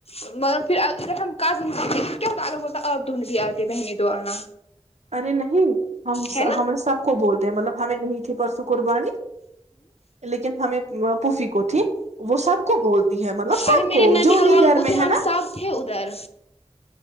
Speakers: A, on the left; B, on the right.
A: مگر پھر اگر ہم کزنس آتے پھر کیا ہوتا ہے اگر بولتا آپ د نہیں بھی آتے بہنت دو آنا
B: ارے نہیں ہم
A: ہے نا
B: ہمیں سب کو بولتے ہیں مطلب ہمیں نہیں کیا کرسو کرربانی لیکن ہمیں پوفی کوتھی وہ سب کو بولتی ہے مطلب سب
A: ارے میرے
B: کو
A: ننیحال
B: جو بھی
A: والوں
B: گھر
A: کو تھے
B: میں
A: ہم
B: ہے نا
A: سب تھے ادھر